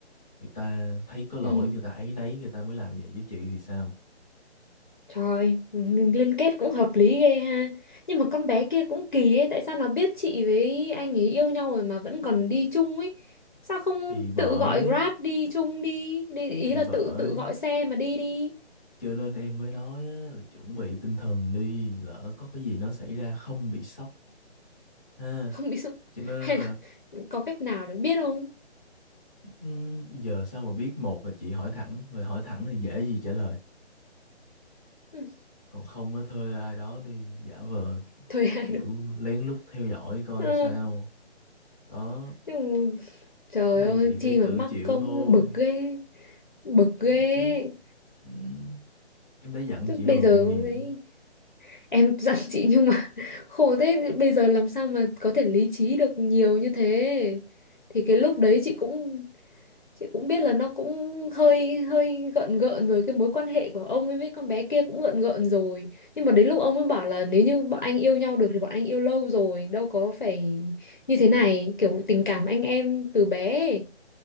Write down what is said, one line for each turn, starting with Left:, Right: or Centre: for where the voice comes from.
Centre: người ta thấy có lỗi
Left: ừ.
Centre: người ta áy náy người ta mới làm vậy với chị thì sao
Left: Trời, liên kết cũng hợp lý ghê ha. Nhưng mà con bé kia cũng kỳ ấy, tại sao nó biết chị với anh ấy yêu nhau rồi mà vẫn còn đi chung ấy? Sao không
Centre: thì bởi
Left: tự gọi Grab đi chung đi, đi ý
Centre: thì
Left: là
Centre: bởi
Left: tự tự gọi xe mà đi đi.
Centre: cho nên em mới nói á, là chuẩn bị tinh thần đi lỡ có cái gì nó xảy ra không bị sốc ha
Left: <laughs> Không biết sao.
Centre: cho nên
Left: Hay là
Centre: là
Left: có cách nào để biết không?
Centre: Ừm, giờ sao mà biết một là chị hỏi thẳng và hỏi thẳng thì dễ gì trả lời
Left: Ừ,
Centre: còn không mới thuê ai đó đi giả vờ ki-
Left: Thuê <laughs> ai
Centre: kiểu
Left: được.
Centre: lén lút theo dõi coi
Left: Ờ,
Centre: sao đó
Left: nhưng mà, trời
Centre: cái này
Left: ơi,
Centre: chị
Left: chi
Centre: phải
Left: mà
Centre: tự
Left: mắc
Centre: chịu
Left: công
Centre: thôi
Left: bực ghê, bực ghê.
Centre: nói chứ Ừm, em đã dặn
Left: Tức
Centre: chị
Left: Bây
Centre: rồi
Left: giờ
Centre: còn gì
Left: ấy
Centre: nữa.
Left: Em <laughs> dặn chị nhưng mà <laughs> khổ thế bây giờ làm sao mà có thể lý trí được nhiều như thế. Thì cái lúc đấy chị cũng chị cũng biết là nó cũng hơi hơi gợn gợn rồi cái mối quan hệ của ông ấy với con bé kia cũng gợn gợn rồi. Nhưng mà đến lúc ông ấy bảo là nếu như bọn anh yêu nhau được thì bọn anh yêu lâu rồi, đâu có phải như thế này, kiểu tình cảm anh em từ bé. ấy.